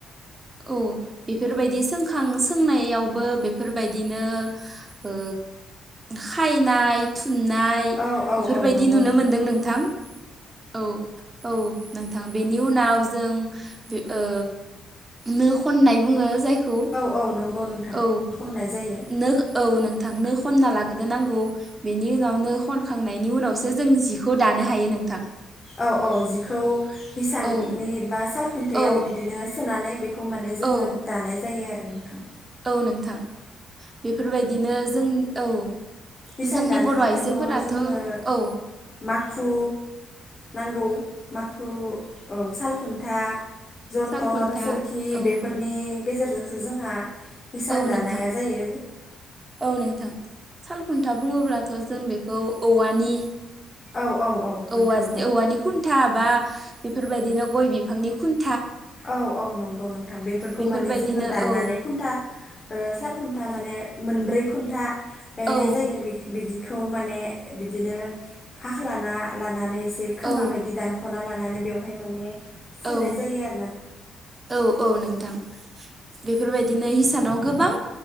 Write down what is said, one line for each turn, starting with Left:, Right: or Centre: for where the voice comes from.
Right: औ बेफोर बायदि सोंखां सोंनायावबो बेफोरबायदिनो ओ खायनाय थु थुननाय
Left: औ औ
Right: बेफोरबायदि
Left: औ नंगौ
Right: नुनो मोनदों नोंथां औ औ नों थां बेनि उनाव जों ओ नो खननाय बुङो जाय खौ
Left: औ औ नंगौ नोंथां
Right: औ
Left: खननाय जायो
Right: नों औ नों थां नोखनना लाग्रोनांगौ बेनि उनावनो खनखांनायनि उनावसो जों जिखौ दानो हायो नोंथां।
Left: औ औ जिखौ हिसाननि
Right: औ
Left: बा सालखुन्थायाव
Right: औ
Left: बिदिनो सोनानै बेखौ माने जोङो
Right: औ
Left: दानाय जायो आरो नोंथां।
Right: औ नोंथां बेफोर बायदिनो जों औ
Left: इसान
Right: जोंनि
Left: दानो
Right: बर'
Left: थाखायथ'
Right: आइजोफोराथ'
Left: जोंनो
Right: औ
Left: माखु नांगौ माखु औ सालखुन्था जथर
Right: सालखुन्था
Left: सोरखि
Right: औ
Left: बेफोरनि गेजेरजोंसो जोंहा इसान
Right: औ
Left: दानाया
Right: नोंथां
Left: जायो।
Right: औ नोंथां सालखुन्था बुङोब्लाथ' जों बेखौ औवानि
Left: औ औ औ
Right: <inaudible>
Left: नोंथां
Right: औवा औवानि खुन्था बा बेफोर बायदिनो गय बिफांनि खुन
Left: औ औ नंगौ नोंथां बेफोरखौ
Right: बेफोरबायदिनो
Left: माने जोङो दाननानै
Right: औ
Left: खुन्था ओ साल खुन्था माने मोनब्रै खुन्था गायनाय
Right: औ
Left: जायो बिदि खौ माने बिदिनो हाख्लाना ला नानै एसे खोमा
Right: औ
Left: बायदि दानख'ना लानानै बेवहाय माने सोनाय
Right: औ
Left: जायो आरो।
Right: औ औ नोंथां बेफोर बायदिनो हिसानाव गोबां